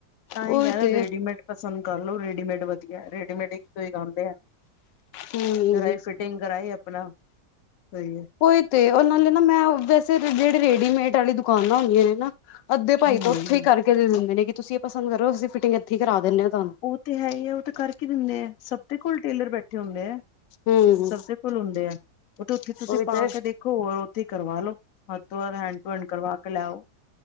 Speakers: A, on the left; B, on the left.
A: ਤਾਂਇ
B: ਉਹੀ
A: ਕਹਿਰਅ
B: ਤੇ
A: ਰੇਡੀਮੇਡ ਪਸੰਦ ਕਰ ਲੋ ਰੇਡੀਮੇਡ। ਵਧੀਆ, ਰੇਡੀਮੇਡ ਇਕ ਤੋ ਇਕ ਆਦੇ ਆ।
B: ਹੂੰ
A: ਜਰਾ ਫੀਟ ਪਿਕ ਕਰਏ ਆਪਣਾ, ਕੋਹੀਨੀ।
B: ਔਈ ਤੇ, ਉਹ ਨਾਲੇ ਨਾ ਮੈਂ ਵੈਸੇ ਜਿਹੜੇ ਰੇਡੀਮੇਡ ਵਾਲੀ ਦੁਕਾਨਾਂ ਹੁੰਦੀਆਂ ਨੇ ਨਾ। ਅੱਧੇ ਭਾਈ
A: ਹਮ
B: ਤੋਂ ਉੱਥੇ ਹੀ ਕਰਕੇ ਦੇ ਦਿੰਦੇ ਨੇ ਤੁਸੀਂ ਪਸੰਦ ਕਰੋ, ਅਸੀਂ ਫਿਟਿੰਗ ਇੱਥੇ ਹੀ ਕਰਾ ਦਿੰਦੇ ਹਾਂ ਤੁਹਾਨੂੰ।
A: ਉਹ ਤੇ ਹੈ ਹੀ ਹੈ, ਉਹ ਤਾਂ ਕਰਕੇ ਦਿੰਦੇ ਆ, ਸਭ ਦੇ ਕੋਲ ਟੇਲਰ ਬੈਠੇ ਹੁੰਦੇ ਹੈ।
B: ਹਮ
A: ਸਭ ਦੇ ਕੋਲ ਹੁੰਦੇ ਆ, ਉਹ ਤੇ ਉੱਥੇ ਤੁਸੀਂ
B: ਉਹੀ
A: ਪਾ
B: ਤੇ
A: ਕੇ ਦੇਖੋ ਹੋਰ ਉੱਥੇ ਕਰਵਾ ਲੋੋ। ਹੱਥ ਤੋ ਹੱਥ ਹੈਂਡ ਟੂ ਹੈਂਡ ਕਰਵਾ ਕੇ ਲੈਓ।